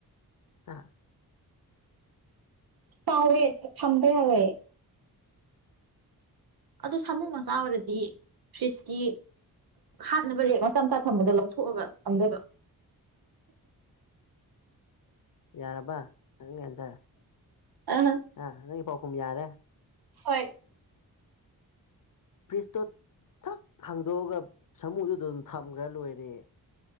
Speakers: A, on the left (about 60°); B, on the right (about 75°).
A: ꯍꯥꯥ
B: ꯆꯥꯎꯋꯦ ꯊꯝꯝꯕ ꯌꯥꯋꯦ ꯑꯗꯨ ꯁꯥꯃꯨ ꯃꯆꯥ ꯑꯣꯏꯔꯗꯤ ꯐ꯭ꯔꯤꯁꯀꯤ ꯍꯥꯞꯅꯕ ꯔꯦꯛ ꯃꯆꯥ ꯃꯆꯥ ꯊꯝꯕꯗ ꯂꯧꯊꯣꯛꯑꯒ ꯊꯝꯗꯣꯏꯕ <inaudible>
A: ꯌꯥꯔꯕ ꯅꯪꯟꯖꯔ
B: ꯑ
A: ꯑꯥ ꯅꯪꯒꯤ ꯄꯥꯎꯈꯨꯝ ꯌꯥꯔꯦ
B: ꯍꯣꯏ
A: ꯐ꯭ꯔꯤꯖꯇꯣ ꯊꯛ ꯍꯥꯡꯗꯣꯛꯑꯒ ꯁꯥꯃꯨꯗꯨꯗ ꯑꯗꯨꯝ ꯊꯝꯈ꯭ꯔ ꯂꯣꯏꯔꯦ